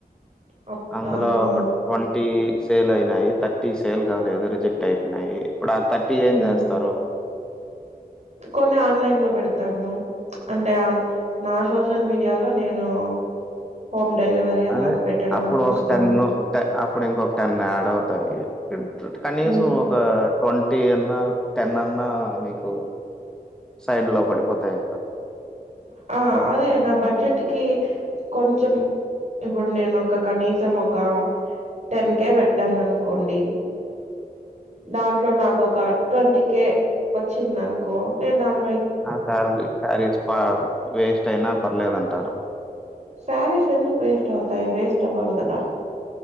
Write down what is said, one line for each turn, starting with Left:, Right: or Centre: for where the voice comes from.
Right: ఆ
Centre: అందులో
Right: అవును
Centre: ఒక ట్వం థటీ సేల్ అయినాయి. థర్టీ సేల్ కాలేదు రిజెక్ట్ అయినాయి. ఇప్పుడు ఆ థర్టీ ఏం
Right: ఉమ్.
Centre: చేస్తారు
Right: కొన్ని ఆన్లైన్ లో పెడతాను. అంటే నా సోషల్ మీడియాలో నేను హోమ్ డెలివరీ అలాగ
Centre: అదే
Right: పెట్టడం
Centre: అప్పుడు
Right: చూస్తాను
Centre: ఒక టెన్ అప్పుడు ఇంకొక టెన్ యాడ్ అవుతాయి కనీసం
Right: ఉమ్.
Centre: ఒక ట్వం ట్వంటి అన్నా టెన్ అన్నన్నా మీకు సైడ్ లో పడిపోతాయ్ ఇంగ
Right: ఆ అదే నా బడ్జెట్ కి కొంచెం ఇప్పుడు నేను ఒక కనీసం ఒక టెన్ కేే పెట్టాను అనుకోండి దాంట్లో నాకు ఒ ఒక ట్వంటీకే వచ్చింది అనుకో నేను దాన్
Centre: ఆ సార్ <unintelligible> సారేస్ ఆ వేస్ట్ అయినా పర్లేదంటారు
Right: శారీస్ ఎందుకు వేస్ట్ అవుతాయి వేస్ట్ అవ్వవు కదా